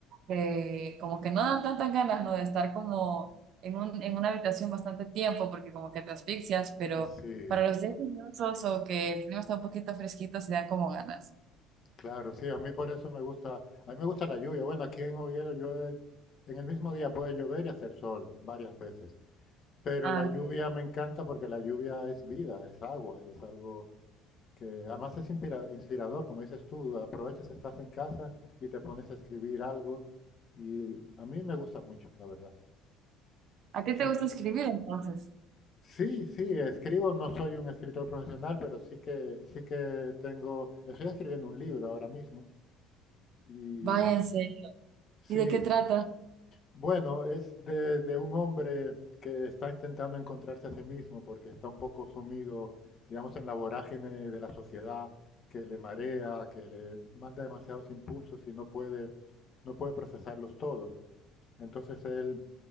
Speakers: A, on the right; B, on the left.
A: eh, como que no dan tantas ganas, ¿no? De estar como en un, en una habitación bastante tiempo, porque como que te asfixias, pero
B: Sí,
A: para los días lluviosos o que el clima está un poquito fresquito, se dan como ganas.
B: claro, sí, a mí por eso me gusta, a mí me gusta la lluvia. Bueno, aquí en Oviedo llueve, en el mismo día puede llover y hacer sol varias veces. Pero
A: Ah,
B: la lluvia me encanta porque la lluvia es vida, es agua, es algo... que además es inspira- inspirador, como dices tú, aprovechas, estás en casa y te pones a escribir algo y a mí me gusta mucho, la verdad.
A: ¿a
B: Hay
A: ti
B: gente,
A: te gusta escribir entonces?
B: sí, sí, escribo, no soy un escritor profesional, pero sí que sí que tengo, estoy escribiendo un libro ahora mismo y
A: Váyanse.
B: sí,
A: ¿Y de qué trata?
B: Bueno, es de, de un hombre que está intentando encontrarse a sí mismo porque está un poco sumido, digamos, en la vorágine de la sociedad que le marea, que le manda demasiados impulsos y no puede, no puede procesarlos todos. Entonces él,